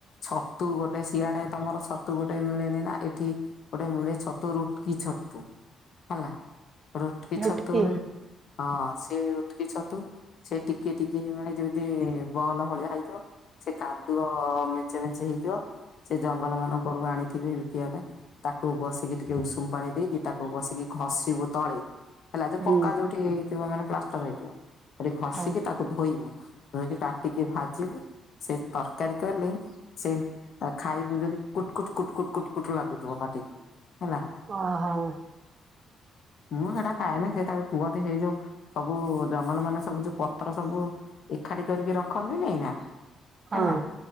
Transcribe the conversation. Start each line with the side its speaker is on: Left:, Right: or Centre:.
Left: ଛତୁ ଗୋଟେ ସିଆଡେ ତମର ସ ତୁ ଗୋଟେ ମିଳେନି ନା ଏଠି ଗୋଟେ ମିଳେ ଛତୁ ରୁଟକି ଛତୁ ହେଲା। ରୁଟକି
Right: ଲୁଟିକି
Left: ଛତୁ ହେ। ହଁ ସିଏ ରୁଟକି ଛତୁ। ସେ ଟିକେ ଟିକେ ମାନେ ଯେମିତି ବଲ ଭଳିଆ ହେଇଥିବ। ସେ କାଦୁଅ ମେଞ୍ଚେ ମେଞ୍ଚେ ହେଇଥିବ। ସେ ଜଙ୍ଗଲ ମାନଙ୍କରୁ ଆଣିଥିବେ, ବିକିବା ପାଇଁ ତାକୁ ବସିକି ଟିକେ ଉଷୁମ ପାଣି ଦେଇକି ତାକୁ ବସିକି ଘଷିବୁ ତଳେ, ହେଲା ଯୋଉ
Right: ହୁଁ
Left: ପକ୍କା ଯୋଉଠି ହେଇଥିବ ମାନେ ପ୍ଲାଷ୍ଟର ହେଇଥିବ ଘଷିକି
Right: ହଉ
Left: ତାକୁ ଧୋଇବୁ, ଧୋଇକି କାଟିକି ଭାଜିବୁ ସେ ତରକାରୀ କଲେ ସେ ଖାଇବୁ ଯଦି କୁଟ କୁଟ କୁଟ କୁଟ କୁଟ ଲାଗୁଥିବ, ପାଟିକି ହେଲା।
Right: ଅହ।
Left: ମୁଁ ସେଇଟା ଖାଏନି ସେ ତାକୁ କୁହନ୍ତି ହେଇ ଯୋଉ ସବୁ ଜଙ୍ଗଲ ମାନେ ସବୁ ଯୋଉ ପତ୍ର ସବୁ ଏକାଠି କରିକି ରଖନ୍ତିନି ନା
Right: ହଁ
Left: ହେଲା